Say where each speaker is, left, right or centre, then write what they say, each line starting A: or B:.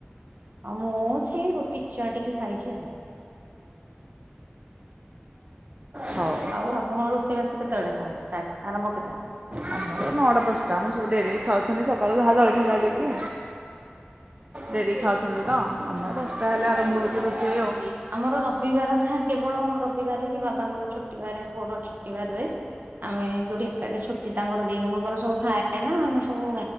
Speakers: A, on the right (about 50°); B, on the right (about 35°).
A: ଆଉ ମୁଁ ସେ ରୁଟି ଚା ଟିକେ ଖାଇଛି। ଆଉ।
B: ହଉ
A: <inaudible> ଆଉ ଆପଣଙ୍କ ରୋଷେଇବାସ କେତେବେଳେ ସବୁ ଷ୍ଟାର୍ଟ ଆରମ୍ଭ କେତେବେଳେ?
B: ଆମର ନଅଟା ଦସ୍ ଟା ଆମର ସବୁ ଡେରିରେ ଖାଉଛନ୍ତି। ସଖାଳୁ ଜାହା ଜଳିକ୍ଷିଆ ଖାଇଦେଇକି ରେଡ଼ି ଖାଉଛନ୍ତି ତ ଆମର ଆମର ଦସ୍ ଟା ହେଲେ ଆରମ୍ଭ ହୋଉଛି ରୋଷେଇ ଆଉ
A: ଆମର ରବିବାର ଠା କେବଳ ରବିବାରେ ହି ବାବା ଙ୍କ ର ଛୁଟି ବାରେ, ପୁଅ ର ଛୁଟି ବାରେ ରେ ଆମେ ଯୋଉଠି ଏକାଠେ ଛୁଟି ତାଙ୍କ ଦି ଜଣଙ୍କର ସବୁ ଥାଏ ନା ଆମେ ସବୁ